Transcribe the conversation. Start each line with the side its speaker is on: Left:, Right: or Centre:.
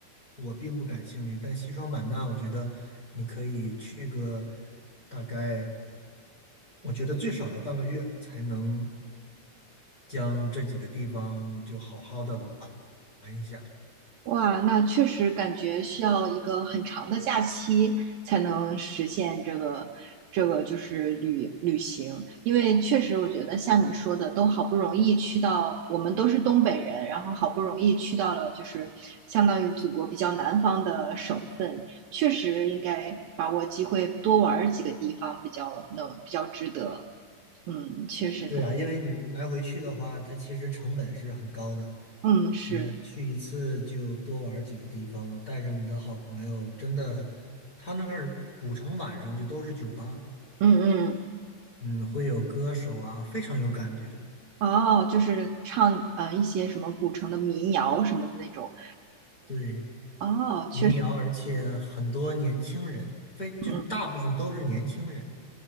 Left: 我并不感兴趣，但西双版纳，我觉得你可以去个大概，我觉得最少要半个月才能将这几个地方就好好的玩一下。
Right: 哇，那确实感觉需要一个很长的假期才能实现这个这个就是旅旅行，因为确实我觉得像你说的，都好不容易去到，我们都是东北人，然后好不容易去到了就是相当于祖国比较南方的省份，确实应该把握机会多玩儿几个地方，比较能比较值得。嗯，确实可，
Left: 对啊，因为你来回去的话，它其实成本是很高的。
Right: 嗯，是，
Left: 你要去一次就多玩儿几个地方，带上你的好朋友，真的，他那儿古城晚上就都是酒吧。
Right: 嗯嗯。
Left: 嗯，会有歌手啊，非常有感觉。
Right: 哦，就是唱呃一些什么古城的民谣什么的那种。
Left: 对，
Right: 哦，
Left: 民谣，
Right: 确实，
Left: 而且很多年轻人，非就大部分都是年轻人。
Right: 嗯。